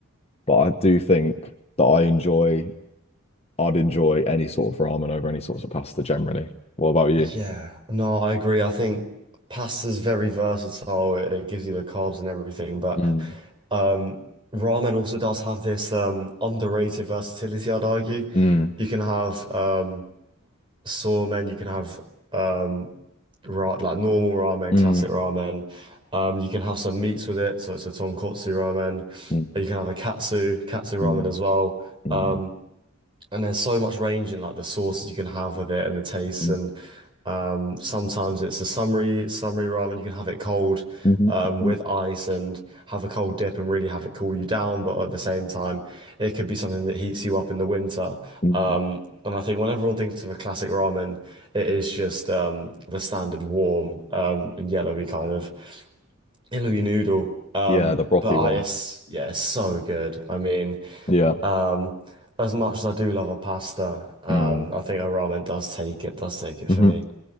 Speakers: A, on the left; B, on the right.
A: But I do think that I enjoy, I'd enjoy any sort of ramen over any sorts of pasta generally. What about you?
B: Yeah, no, I agree. I think pasta's very versatile. It, it gives you the carbs and everything, but
A: Mm,
B: um, ramen also does have this um, underrated versatility, I'd argue.
A: Mm,
B: You can have um, somen, you can have um, ra like normal ramen,
A: mm.
B: classic ramen. Um, you can have some meats with it, so it's a tonkotsu ramen.
A: mm,
B: You can have a katsu, katsu ramen
A: mm,
B: as well.
A: mm,
B: Um, and there's so much range in like the sauces you can have with it and the tastes
A: mm,
B: and um sometimes it's a summary summary ramen you can have it cold
A: mhm,
B: um with
A: mhm,
B: ice and have a cold dip and really have it cool you down but at the same time it could be something that heats you up in the winter
A: mm,
B: um and I think when everyone thinks of a classic ramen it is just um the standard warm um and yellowy kind of yellowy noodle um
A: Yeah, the brothy
B: But I,
A: one.
B: it's yeah, it's so good. I mean,
A: Yeah.
B: um, as much as I do love a pasta, um,
A: mm.
B: I think a ramen does take it, does take it
A: hmm
B: for me.